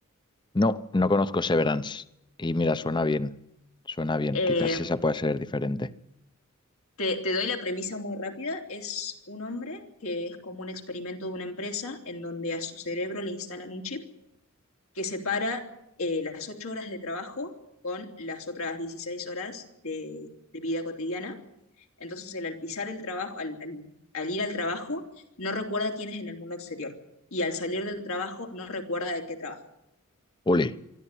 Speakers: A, on the left (about 20°); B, on the left (about 80°).
A: No, no conozco Severance. Y mira, suena bien. Suena bien.
B: Eh,
A: Quizás esa pueda ser diferente.
B: te, te doy la premisa muy rápida. Es un hombre que es como un experimento de una empresa en donde a su cerebro le instalan un chip que separa eh, las ocho horas de trabajo con las otras 16 horas de, de vida cotidiana. Entonces, él, al pisar el trabajo, al, al, al ir al trabajo, no recuerda quién es en el mundo exterior. Y al salir del trabajo, no recuerda de qué trabaja.
A: Ole,